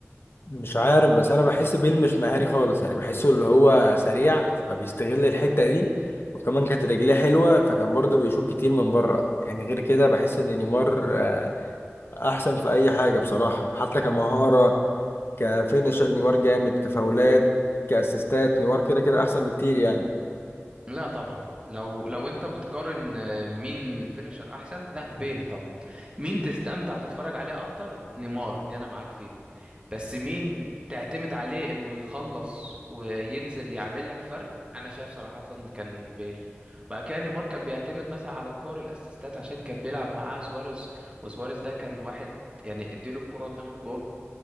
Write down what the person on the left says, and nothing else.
مش عارف بس انا بحس بيل مش مهاري خالص يعني بحسه اللي هو سريع فبيستغل الحتة دي وكمان كانت رجليه حلوة فكان برضه بيشوط كتير من بره يعني غير كده بحس ان نيمار آه، احسن في اي حاجة بصراحة حتى كمهارة كفينشر نيمار جامد كفاولات كاسيستات نيمار كده كده احسن بكتير يعني